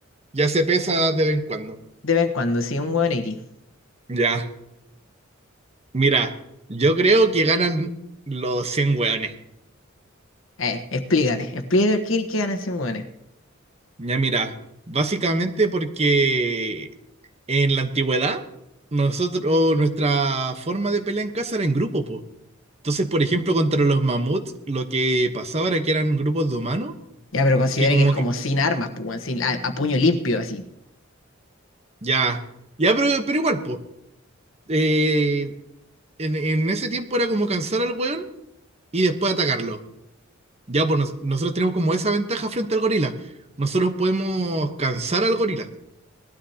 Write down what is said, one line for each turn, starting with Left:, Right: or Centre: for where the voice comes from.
Right: ya se pesa de vez en cuando.
Left: De vez en cuando, sí, un hueón X.
Right: Ya, mira, yo creo que ganan los 100 hueones.
Left: A ver, explícate, explícate por qué querés que ganen 100 hueones.
Right: Ya mira, básicamente porque en la antigüedad, nosotros, nuestra forma de pelear en casa era en grupo, po. Entonces, por ejemplo, contra los mamuts, lo que pasaba era que eran grupos de humanos,
Left: Ya, pero considera
Right: que como
Left: que es como
Right: que,
Left: sin armas, pues, weón, sin, a, a puño limpio, así.
Right: ya, ya, pero, pero igual, po. Eh, en, en ese tiempo era como cansar al weón y después atacarlo. Ya, pues nos- nosotros tenemos como esa ventaja frente al gorila. Nosotros podemos cansar al gorila.